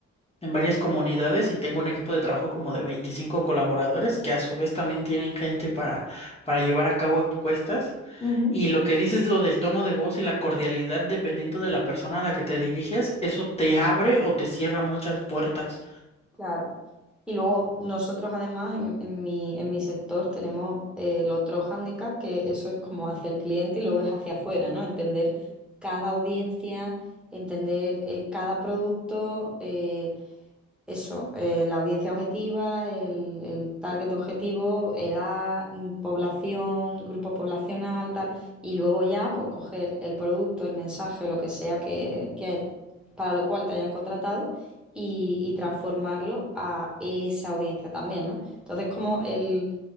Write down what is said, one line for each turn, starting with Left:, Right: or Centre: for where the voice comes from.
Left: en varias comunidades y tengo un equipo de trabajo como de 25 colaboradores que a su vez también tienen gente para, para llevar a cabo encuestas.
Centre: Ujú,
Left: Y lo que dices, lo del tono de voz y la cordialidad dependiendo de la persona a la que te diriges, eso te abre o te cierra muchas puertas.
Centre: claro. Y luego nosotros además en, en mi, en mi sector tenemos eh, el otro hándicap, que eso es como hacia el cliente y luego es hacia afuera, ¿no? Entender cada audiencia, entender eh, cada producto. eh, Eso, eh, la audiencia objetiva, el, el target objetivo, edad, mm, población, grupo poblacional, tal, y luego ya pues coger el producto, el mensaje, lo que sea que, que- para lo cual te hayan contratado y, y transformarlo a esa audiencia también, ¿no? Entonces como el,